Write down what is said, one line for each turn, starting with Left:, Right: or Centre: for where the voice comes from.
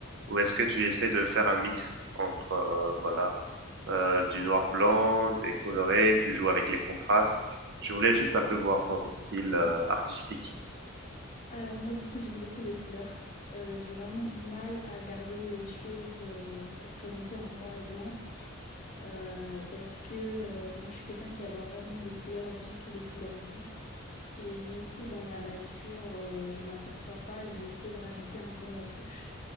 Right: Ou est-ce que tu essaies de faire un mixte entre, heu, voilà, heu, du noir-blanc, des colorés, tu joues avec les contrastes? Je voulais juste un peu voir ton style, heu, artistique.
Left: Alors moi du coup j'aime beaucoup les couleurs. Euh, j'ai vraiment du mal à garder les choses euh, représentées en noir et blanc euh, parce que euh, moi je suis quelqu'un qui adore vraiment les couleurs et surtout les couleurs vives. Et même si dans la nature euh, j'en aperçois pas, j'essaie de rajouter un peu ma touche